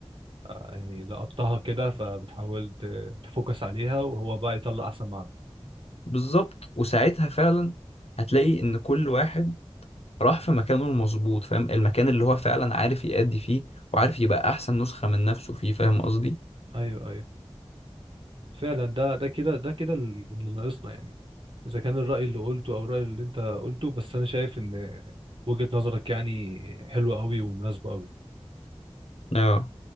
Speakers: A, on the right (about 50°); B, on the left (about 70°).
A: آه، يعني لقطتها كده فبتحاول ت- تفوكس عليها وهو بقى يطلع احسن ما عنده
B: بالظبط وساعتها فعلا هتلاقي ان كل واحد راح في مكانه المظبوط فاهم المكان اللي هو فعلا عارف يأدي فيه وعارف
A: م.
B: يبقى احسن نسخة من نفسه فيه فاهم قصدي
A: ايوه ايوه فعلا ده ده كده ده كده اللي ناقصنا يعني اذا كان الرأي اللي قلته او الرأي اللي انت قلته بس انا شايف ان وجهة نظرك يعني حلوة قوي ومناسبة قوي
B: اه